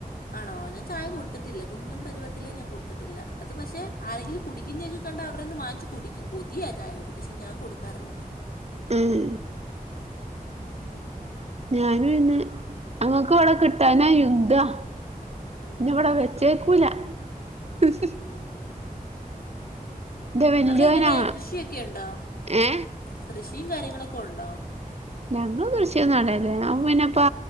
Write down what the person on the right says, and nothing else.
ഉം
ഞൻ പിന്നെ അങ്ങക്ക് ഇവിടെ കിട്ടാനാ യുദ്ധാ
ഇന്നവിടെ വെച്ചേക്കൂല
ഉഹും.. വല്യോനാ
ഏ
ഞങ്ങള്ൾ കൃഷി നടല്ലേ പിന്നെപ്പ